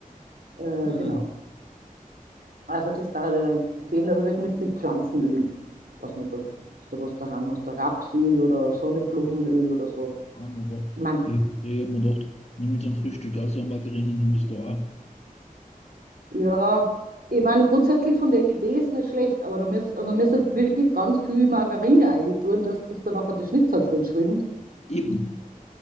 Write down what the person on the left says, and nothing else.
Mhm.
aber
ich habe mir gedacht, nimm jetzt ein Frühstück also eine Margarine, nimm es da auch.
Eben.